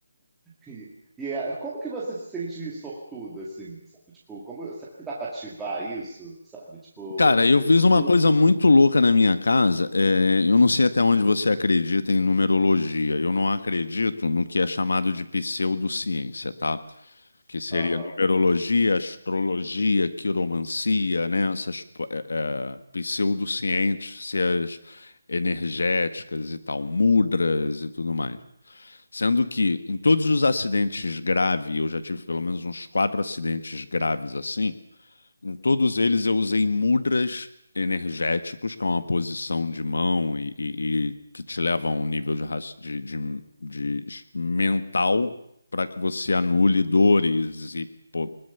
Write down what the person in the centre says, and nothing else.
E, e é- como que você se sente sortudo, assim, sabe? Tipo, como, será que dá para ativar isso, sabe? Tipo,
eu,
eu
tô...
Aham,